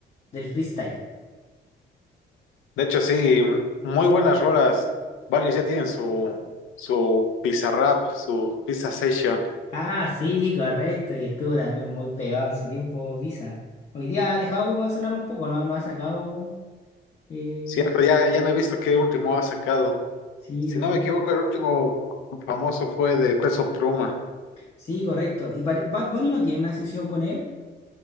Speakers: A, on the left; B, on the left.
A: del freestyle.
B: hecho, sí, m- muy buenas rolas. Varios ya tienen su, su Pizza Rap, su Pizza Session.
A: Ah, sí, correcto, y estuvo también muy pegado en su tiempo Visa. Hoy día ha dejado como de sonar un poco, no, no ha sacado... eh,
B: Cierto, ya, ya no he visto qué último ha sacado.
A: Sí,
B: Si
A: no.
B: no me equivoco, el último famoso fue de Peso Pluma.
A: Sí, correcto. ¿Y pare- Bad Bunny no tiene una sesión con él?